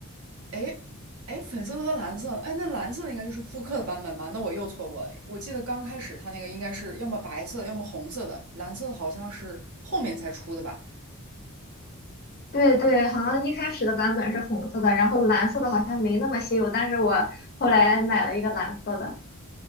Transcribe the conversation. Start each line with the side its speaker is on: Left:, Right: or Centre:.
Right: 哎哎，粉色的和蓝色，哎，那蓝色的应该就是复刻的版本吧？那我又错过了。我记得刚开始它那个应该是要么白色，要么红色的，蓝色的好像是后面才出的吧？
Left: 对对，好像一开始的版本是红色的，然后蓝色的好像没那么稀有，但是我后来买了一个蓝色的。